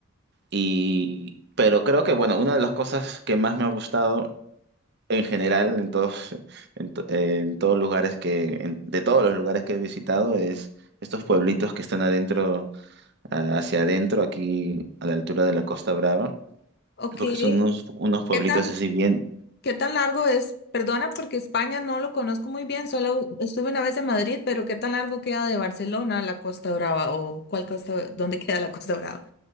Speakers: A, on the right (about 55°); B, on the left (about 50°).
A: Y, pero creo que, bueno, una de las cosas que más me ha gustado en general, en todos, en, to- en todos lugares que, en- de todos los lugares que he visitado, es estos pueblitos que están adentro, a- hacia adentro, aquí a la altura de la Costa Brava,
B: ok.
A: porque son unos, unos pueblitos
B: ¿Qué tan,
A: así bien.
B: qué tan largo es? Perdona porque España no lo conozco muy bien, solo estuve una vez en Madrid, pero ¿qué tan largo queda de Barcelona a la Costa Brava o cuál costa, dónde queda la Costa Brava?